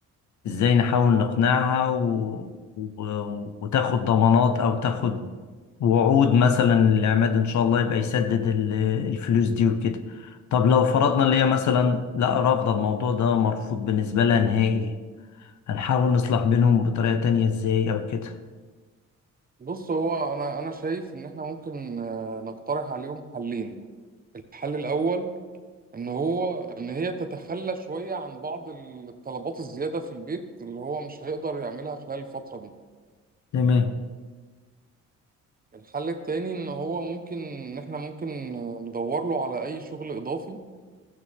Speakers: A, on the left (about 70°); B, on the right (about 30°).
A: ازاي نحاول نقنعها و... و... وتاخد ضمانات او تاخد وعود مثلا للعماد ان شاء الله يبقى يسدد ال- الفلوس دي وكده طب لو فرضنا اللي هي مثلا لا رافضة الموضوع ده مرفوض بالنسبة لها نهائي هنحاول نصلح بينهم بطريقة تانية ازاي او كده
B: بص هو أنا أنا شايف إن إحنا ممكن آه، نقترح عليهم حلين الحل الأول إن هو إن هي تتخلى شوية عن بعض الطلبات الزيادة في البيت اللي هو مش هيقدر يعملها خلال الفترة دي
A: تمام
B: الحل التاني ان هو ممكن ان احنا ممكن ندور له على اي شغل اضافي